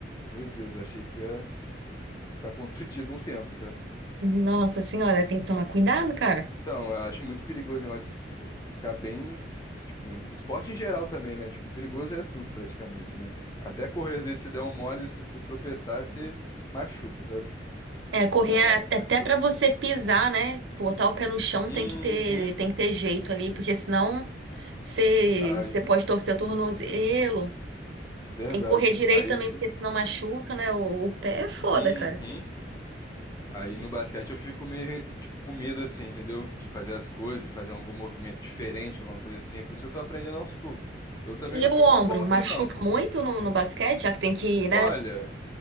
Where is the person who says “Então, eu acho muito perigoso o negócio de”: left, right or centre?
Left